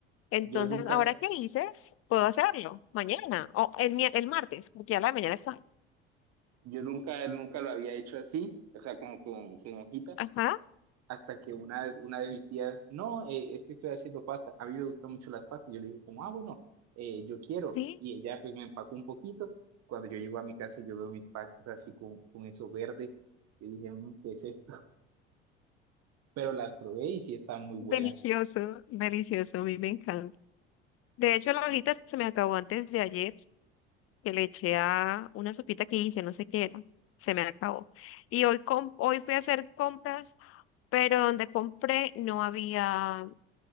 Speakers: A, on the left; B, on the right.
A: Entonces,
B: Yo nunca,
A: ahora que dices, puedo hacerlo mañana o el, mi- el martes, porque ya la de mañana está.
B: yo nunca, nunca lo había hecho así. O sea, como con, con hojitas.
A: Ajá,
B: hasta que una, una de mis tías, no, eh, es que estoy haciendo pasta, a mí me gustan mucho las pastas, yo le dije como, ah, bueno, eh, yo quiero,
A: sí,
B: y ella pues me empacó un poquito, cuando yo llego a mi casa yo veo mis pastas así con, con eso verde, y dije, "Mm, ¿qué es esto? <laughs> Pero las probé y sí están muy
A: delicioso,
B: buenas.
A: delicioso, a mí me encanta. De hecho, la hojita se me acabó antes de ayer, que le eché a una sopita que hice, no sé qué era, se me acabó. Y hoy, com- hoy fui a hacer compras, pero donde compré no había,